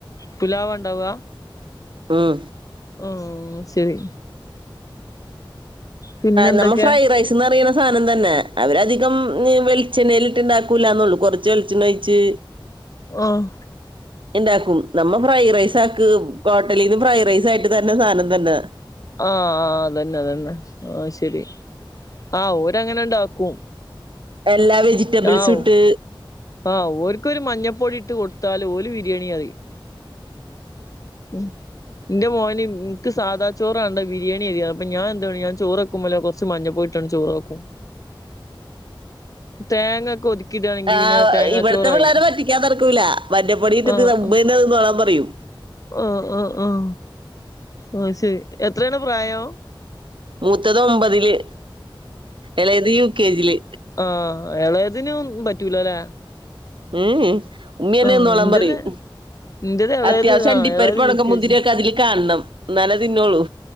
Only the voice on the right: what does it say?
ഉം
നമ്മ ഫ്രൈഡ് റൈസ്ന്ന് അറിയണ സാധനം തന്നെ അവരധികം വെളി ചെണ്ണേൽട്ട് ഇണ്ടാക്കൂലാന്നൊള്ളൂ കുറച്ച് വെളിച്ചണ്ണ ഒഴിച്ച്
ഇണ്ടാക്കും നമ്മ ഫ്രൈ റൈസാക്ക് ടീന്ന് ഫ്രൈ റൈസായിട്ട് തന്നെ സാനം തന്നെ
എല്ലാ വെജിറ്റബിൾസും
ഇട്ട്
ആഹ്
ഇവിടത്തെ
പിള്ളേരെെ പറ്റിക്കാൻ നടക്കൂല്ല മഞ്ഞപ്പൊടിയിട്ടിട്ട്
നമ്മ
തന്നെ തിന്നോളാൻ പറയും
മൂത്തത് ഒമ്പതില് ഏളേത് യു കെ ജിയില്
ഉം ഉമ്മി തന്നെ
തിന്നോളാൻ
പറയും
അത്യാവശ്യം അണ്ടിപ്പരി
ഒണങ്ക
മുന്തിരി
ഒക്കെ അതിൽ കാണണം എന്നാലെ തിന്നൊള്ളൂ